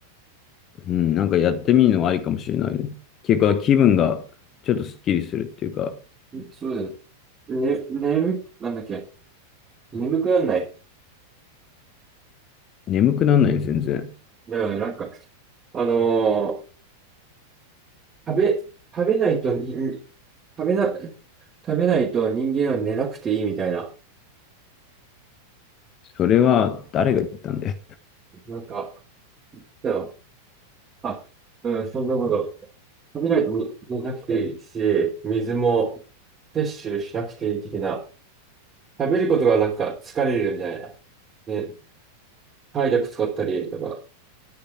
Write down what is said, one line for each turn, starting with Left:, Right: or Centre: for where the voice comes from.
Left: うん、なんかやってみるのはありかもしれないね。結構気分がちょっとスッキリするっていうか、
Right: んそうだよね。ね、眠く、なんだっけ。眠くなんない。
Left: 眠くならないよ、全然。
Right: だよね、なんか、あのー食べ、食べないとに、に食べな、食べないと人間は寝なくていいみたいな。
Left: それは誰が言ったんだよ。
Right: なんか、だよ。あ、うん、そんなこと。食べないとももなくていいし、水も摂取しなくていい的な。食べることがなんか疲れるみたいな。ね、体力使ったりとか。